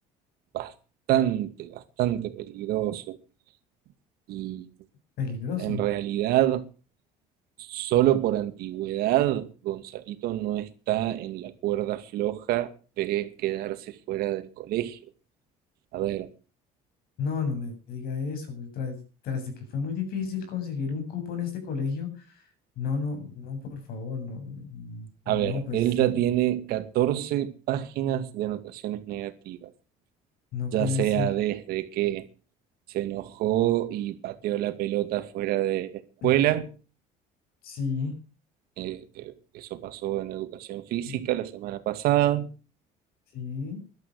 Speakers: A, on the right; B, on the left.
A: bastante, bastante peligroso. Y
B: peligroso.
A: en realidad, solo por antigüedad, Gonzalito no está en la cuerda floja de quedarse fuera del colegio. A ver,
B: No, no me diga eso. pues, Tras, tras de que fue muy difícil conseguir un cupo en este colegio, no, no, no, por favor, no, no, no,
A: a ver,
B: pues
A: él ya
B: eh,
A: tiene 14 páginas de anotaciones negativas,
B: No
A: ya
B: puede
A: sea
B: ser.
A: desde que se enojó y pateó la pelota fuera de la escuela,
B: <clears throat> Sí,
A: eh, que eso pasó en educación física
B: eh,
A: la semana pasada,
B: sí,